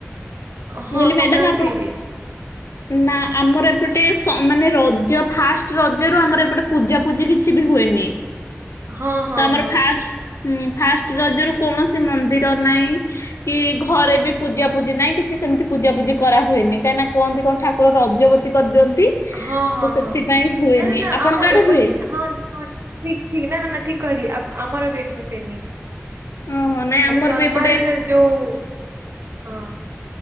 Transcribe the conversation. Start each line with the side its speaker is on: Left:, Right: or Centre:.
Right: ହଁ
Left: ମୁଁ କଇଲି
Right: ସଂକ୍ରାନ୍ତିରେ
Left: ମ୍ୟାଡ଼ାମ ଆପଣ ନା ଆମର ଏପଟେସ-ମାନେ ରଜ ଫାଷ୍ଟ ରଜ ରୁ ଆମର ଏପଟେ ପୂଜା ପୂଜି କି ଛି ବି ହୁଏନି
Right: ହଁ ହଁ
Left: ତମର
Right: ହଁ।
Left: ଫାଷ୍ଟ ହୁଁ ଫାଷ୍ଟ ରଜ ରୁ କୌଣସି ମନ୍ଦିର ନାହିଁ କି ଘରେ ବି ପୂଜା ପୂଜି ନାହିଁ କି କିଛି ସେମିତି ପୂଜା ପୂଜି କରାହୁଏନି କାହିଁ ନା କହନ୍ତି କଣ ଠାକୁର ରଜବତୀ କରିଦିଅନ୍ତି।
Right: ହଁ
Left: ତ
Right: ହଁ
Left: ସେଥିପାଇଁ
Right: ହଁ ନା
Left: ହୁଏନି
Right: ନା ନା
Left: ଆପଣଙ୍କ
Right: ଆମ
Left: ଆଡେ
Right: ଏପଟ
Left: ହୁଏ?
Right: ହନ୍ ହନ୍ ଠିକ୍ ଠିକ୍ ନା ନା ନା ଠିକ୍ କହିଲି ଆମ୍-ଆମର ବି ଏଠିପେନି।
Left: ଓହୋ ନାଇଁ
Right: ଖାଲି
Left: ଆମର
Right: ନର୍ମାଲ
Left: ବି ଏପଟେ
Right: ଯୋଉ ହଁ।